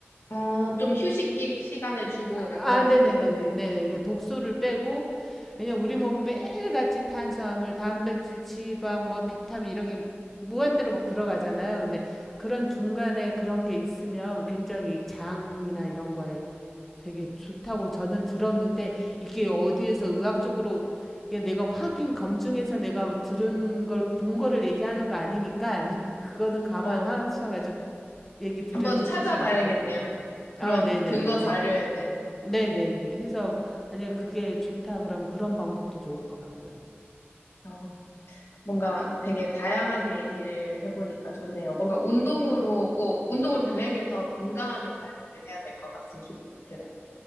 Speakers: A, on the left (about 70°); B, in the centre.
A: 어, 좀 휴식기 시간을 주고 약간
B: 아,
A: 그런
B: 네네네네.
A: 느낌이네요.
B: 네네. 그러니까 독소를 빼고, 왜냐면 우리 몸 매일같이 탄수화물, 단백질, 지방, 뭐 비타민 이런 게 무한대로 막 들어가잖아요. 근데 그런 중간에 그런 게 있으면 굉장히 장이나 이런 거에 되게 좋다고 저는 들었는데 이게 어디에서 의학적으로 이게 내가 확인 검증해서 내가 들은 걸 본 거를 얘기하는 거 아니니까 <laughs> 그거는 감안하셔가지고
A: 어,
B: 얘기 드려주셨으면
A: 한번 찾아봐야겠네요.
B: 좋겠어요.
A: 그런
B: 아, 네네네네.
A: 근거 자료에 대해서.
B: 네네네. 해서 만약에 그게 좋다 그러면 그런 방법도 좋을 것 같고요.
A: 어, 뭔가 되게 다양하게 얘기를 해보니까 좋네요. 뭔가 운동으로 꼭, 운동을 병행해서 건강하게 다이어트를 해야 될 것 같은 기분이 들어요.